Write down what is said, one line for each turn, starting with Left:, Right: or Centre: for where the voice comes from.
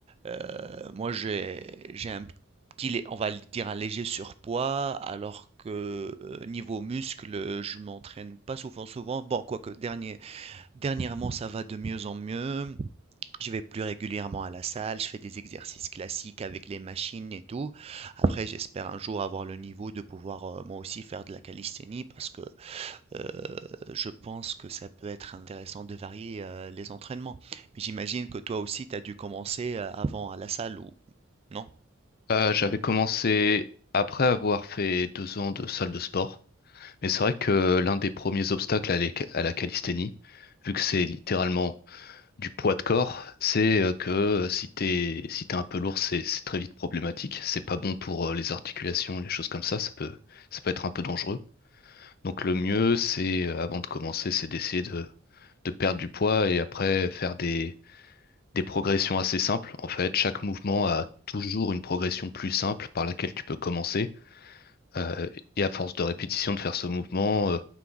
Right: heu, moi j'ai j'ai un petit lé on va le dire un léger surpoids alors que, heu, niveau muscles, je m'entraîne pas souvent souvent. Bon quoique dernier Dernièrement, ça va de mieux en mieux. Je vais plus régulièrement à la salle, je fais des exercices classiques avec les machines et tout. Après, j'espère un jour avoir le niveau de pouvoir euh, moi aussi faire de la calisthénie parce que euh, je pense que ça peut être intéressant de varier euh, les entraînements. Mais j'imagine que toi aussi, tu as dû commencer euh, avant à la salle ou non?
Left: Euh, j'avais commencé après avoir fait deux ans de salle de sport, mais c'est vrai que l'un des premiers obstacles à, la à la calisthénie, vu que c'est littéralement du poids de corps, c'est euh, que euh, si t'es si t'es un peu lourd, c'est c'est très vite problématique. C'est pas bon pour euh, les articulations, les choses comme ça. Ça peut ça peut être un peu dangereux. Donc le mieux, c'est euh, avant de commencer, c'est d'essayer de de perdre du poids et après faire des des progressions assez simples. En fait, chaque mouvement a toujours une progression plus simple par laquelle tu peux commencer. Euh, et à force de répétition de faire ce mouvement euh,